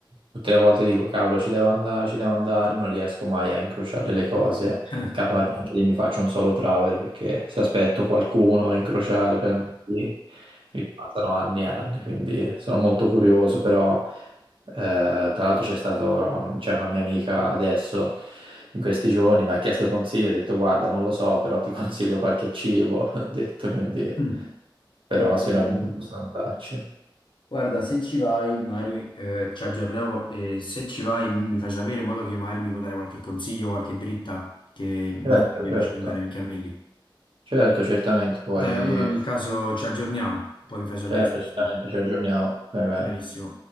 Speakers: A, on the right (about 80°); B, on the left (about 70°).
A: tutte le volte dico cavolo ci devo andare, ci devo andare, non riesco mai a incrociare le cose.
B: <laughs>
A: Capace anche lì mi faccio un solo travel perché se aspetto qualcuno in crociale per andarci, mi passano anni e anni, quindi sono molto curioso, però eh, tra l'altro c'è stato un- c'è una mia amica adesso in questi giorni, mi ha chiesto consigli, ho detto guarda non lo so, però ti <laughs> consiglio qualche cibo, <laughs> ho detto quindi
B: Mm.
A: però
B: Ehm,
A: sicuramente posso andarci.
B: guarda, se ci vai, magari eh, ci aggiorniamo e se ci vai mi, mi fai sapere in modo che magari mi puoi dare qualche consiglio, qualche dritta che mi
A: Certo,
B: farebbe
A: certo,
B: piacere andare anche a me lì.
A: certo, certamente, poi
B: Dai, allora nel caso ci aggiorniamo, poi mi fai sapere
A: certo,
B: se sei
A: certamente
B: tu.
A: ci aggiorniamo, va bene.
B: Va benissimo.